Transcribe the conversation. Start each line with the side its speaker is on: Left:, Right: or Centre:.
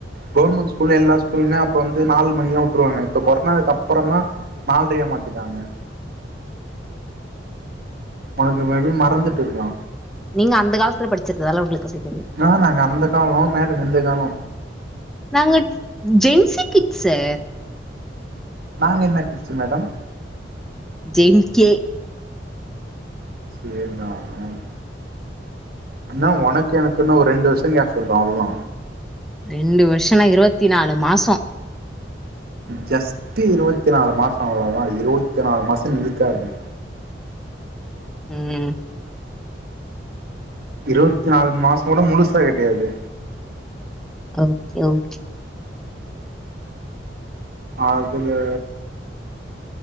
Right: கவர்மெண்ட் ஸ்கூல்ல எல்லா ஸ்கூலுமே அப்ப வந்து நாலு மணிலா உட்ருவாங்க இப்ப கொரோனாக்கு அப்புறதா நால்ரையா மாத்திட்டாங்க உனக்கு மேபி மறந்துட்டு இருக்கலா
Centre: நீங்க அந்த காலத்துல படிச்சிருதல்லா உங்களுக்கு அப்டி தெரியு
Right: ஆனா நாங்க அந்த காலோ மேடம் இந்த காலோ
Centre: நாங்க ஜென் சி கிட்ஸு
Right: நாங்க என்ன கிட்ஸ் மேடம்
Centre: ஜென் கே
Right: கேதா <unintelligible> என்னா ஒனக்கு எனக்கு இன்னு ஒரு ரெண்டு வருஷ கேப் இருக்கு அவ்ளோதா
Centre: ரெண்டு வருஷனா இருபத்தி நாலு மாச
Right: ஜஸ்ட்டு இருவத்தி நாலு மாச அவ்ளோதா இருவத்தி நாலு மாசன் இழுக்காத
Centre: ம்
Right: இருவத்தி நாலு மாசோ கூட முழுசா கெடையாது
Centre: ஓகே ஓகே
Right: அதுல